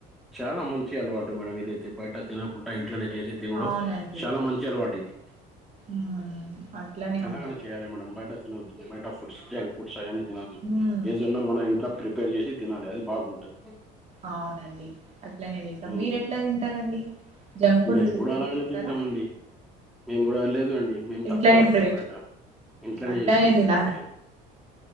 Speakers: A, in the centre; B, on the right.
A: చాలా మంచి అలవాటు మేడం ఇదైతే బయట తినకుండా ఇంట్లనే చేశి తినుడు
B: అవునండి
A: చాలా మంచి అలవాటు ఇది
B: ఉమ్, అట్లానే
A: ఇలాగనే
B: ఉంటారు
A: చేయాలి మేడం బయట తినద్దు బయట ఫుడ్స్ జంక్ ఫుడ్స్ అయి అని తినదు
B: ఉమ్,
A: ఏదన్నా మనం ఇంట్లో ప్రిపేర్ చేసి తినాలి అది బాగుంటంది
B: అవునండి అట్లనే తింటాం
A: హ్మ్.
B: మీరు ఎట్లా తింటారండి జంక్ ఫుడ్
A: మేము
B: తీసుకుంటారా
A: కూడా అలాగనే తింటామ్ అండి మేము కూడా లేదు వండ్ <unintelligible> మేమ్
B: ఇంట్లోనే
A: తక్కువ
B: ప్రవేశ
A: బయట ఇంట్లనే
B: అట్లానే
A: చేస్తాం
B: తినాలి
A: ప్రిపరేషన్